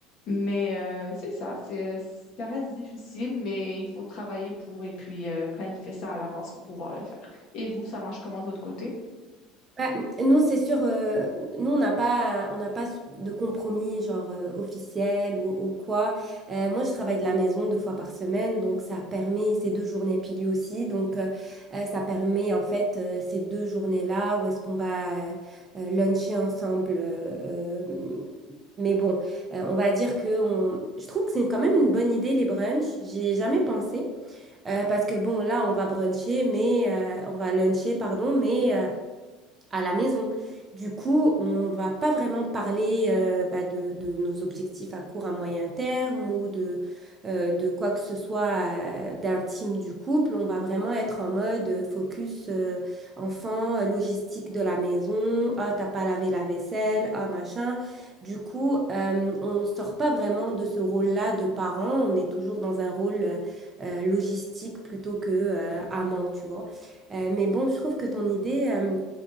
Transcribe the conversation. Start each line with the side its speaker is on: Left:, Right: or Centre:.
Left: Mais euh, c'est ça, c'est, ça reste difficile, mais il faut travailler pour et puis euh, planifier ça à l'avance pour pouvoir le faire. Et vous, ça marche comment de votre côté?
Right: Bah, m- nous, c'est sûr, euh, nous, on n'a pas, on n'a pas s- de compromis, genre euh, officiel ou, ou quoi. Euh, moi, je travaille de la maison deux fois par semaine, donc ça permet ces deux journées, puis lui aussi. Donc, euh, euh, ça permet en fait euh, ces deux journées-là où est-ce qu'on va euh, euh, luncher ensemble. euh, euh, mais bon, euh, on va dire que on... je trouve que c'est quand même une bonne idée, les brunchs. J'ai jamais pensé. euh, parce que bon, là, on va bruncher, mais euh, on va luncher, pardon, mais. euh, à la maison. Du coup, on va pas vraiment parler euh, bah, de, de nos objectifs à court, à moyen terme ou de, euh, de quoi que ce soit euh, d'intime du couple. On va vraiment être en mode euh, focus euh, enfant, euh, logistique de la maison. Ah, t'as pas lavé la vaisselle, ah, machin. Du coup, euh, on sort pas vraiment de ce rôle-là de parent. On est toujours dans un rôle euh, euh, logistique plutôt que euh, amant, tu vois. Euh, mais bon, je trouve que ton idée... euh,